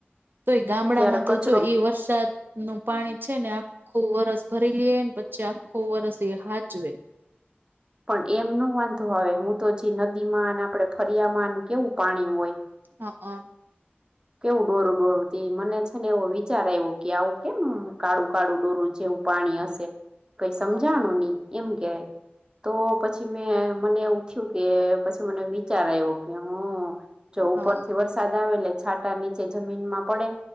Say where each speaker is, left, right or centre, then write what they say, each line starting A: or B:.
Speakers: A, on the right; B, on the right.
A: તો એ ગામડામાં
B: ત્યારે
A: તો
B: કચરો
A: જો એ વરસાદ નું પાણી છે ને આખું વરસ ભરી લઈએ પછી આખું વરસ એ હાચવે
B: પણ એમ ન વાંધો આવે હું તો જે નદી માં અને આપડે ફરિયા માં કેવું પાણી હોય.
A: હા, હ
B: કેવું ડોરું ડોરું મને છે. ને એવો વિચાર આવ્યો કે આવું કેમ કાળું, કાળું ડોરું જેવું પાણી હશે કઈ સમજાણું
A: હા
B: નહી એમ કય તો પછી મને એવું થયું કે પછી મને વિચાર આવ્યો કે હું જો ઉપર
A: હા
B: થી વર પ્રસાદ આવે એટલે છાંટા નીચે જમીન માં પડે